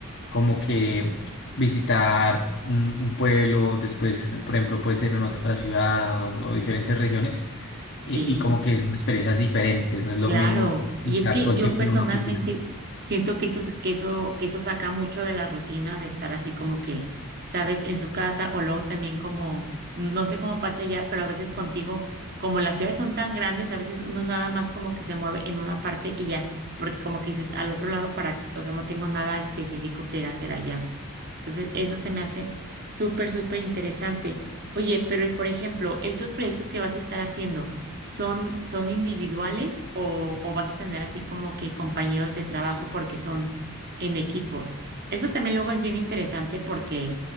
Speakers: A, on the left; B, on the right.
A: como que visitar un, un pueblo, después, por ejemplo, puede ser en otra ciudad o, o diferentes regiones y,
B: sí.
A: y como que son experiencias diferentes, no es lo
B: Claro,
A: mismo
B: y
A: estar
B: es que
A: todo
B: yo
A: el tiempo
B: personalmente
A: en una oficina.
B: siento que eso, que eso, que eso saca mucho de la rutina de estar así como que, sabes, en su casa o luego también como, no sé cómo pasa allá, pero a veces contigo, como las ciudades son tan grandes, a veces uno nada más como que se mueve en una parte y ya, porque como que dices al otro lado para, o sea, no tengo nada específico que ir a hacer allá. Entonces, eso se me hace súper, súper interesante. Oye, pero y por ejemplo, estos proyectos que vas a estar haciendo. ¿Son, son individuales o, o vas a tener así como que compañeros de trabajo porque son en equipos? Eso también luego es bien interesante porque